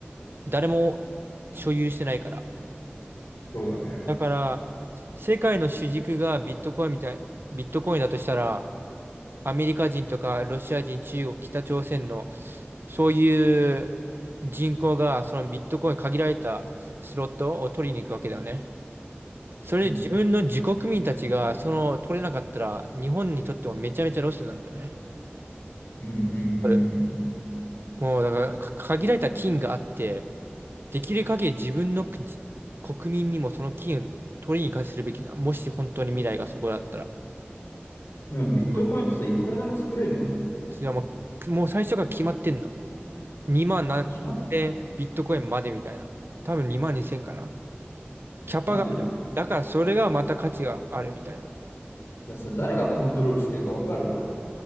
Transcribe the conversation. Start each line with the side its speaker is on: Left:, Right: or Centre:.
Right: 誰も所有してないから。
Left: そうだね。
Right: だから、世界の主軸がビットコインみたい、ビットコインだとしたら、アメリカ人とかロシア人、中国、北朝鮮の、そういう人口がそのビットコイン限られたスロットを取りに行くわけだよね。それで自分の自国民たちが、
Left: うん
Right: その、取れなかったら、日本にとってもめちゃめちゃロスなんだよね。
Left: うんうんうん。
Right: これもう、だから、か限られた金があって、できる限り自分の国国民にもその金を取りに行かせるべきだ。もし本当に未来がそこだったら。
Left: でもビットコインってさ、
Right: 今
Left: いくらでも作れるの
Right: 違う、もう、もう最初から決まってんの。2万何千ビットコインまでみたいな。
Left: 決まっ
Right: 多分2万2千かな。キャパがある、
Left: マジで
Right: だからそれがまた価値があるみたいな。
Left: ださ、誰がコントロールしてるかわかるこれ。